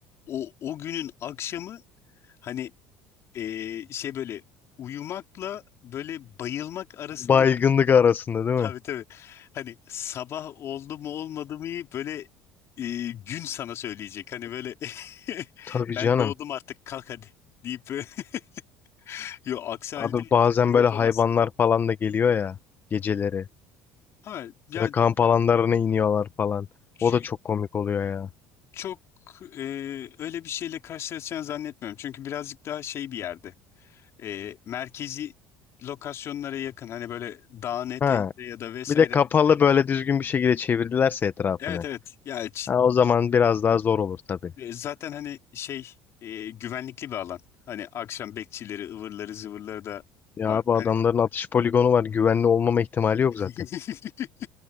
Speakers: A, on the left; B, on the left.
A: o o günün akşamı hani e, şey böyle uyumakla böyle bayılmak arasındaki
B: Baygınlık arasında
A: <laughs>
B: değil
A: tabii
B: mi?
A: tabii hani sabah oldu mu olmadı mı böyle e, gün sana söyleyecek hani böyle <laughs>
B: Tabii
A: ben
B: canım.
A: doğdum artık kalk hadi deyip böyle- <laughs> yo aksi halde
B: Abi bazen
A: şey
B: böyle
A: yapamazsın
B: hayvanlar
A: da.
B: falan da geliyor ya geceleri.
A: Ha ya
B: Böyle kamp alanlarına iniyorlar falan.
A: şu,
B: O da çok komik oluyor ya.
A: çok e, öyle bir şeyle karşılaşacağını zannetmiyorum çünkü birazcık daha şey bir yerde e, merkezi lokasyonlara yakın hani böyle dağın eteğinde
B: Ha,
A: ya da vesaire
B: bir de kapalı böyle düzgün bir şekilde çevirdilerse etrafını.
A: Evet evet. Ya çi-
B: Ha, o zaman biraz daha zor olur tabii.
A: e, zaten hani şey e, güvenlikli bir alan. Hani akşam bekçileri, ıvırları, zıvırları da
B: Ya
A: var.
B: bu
A: Hani
B: adamların atış poligonu var. Güvenli olmama ihtimali yok
A: <laughs>
B: zaten.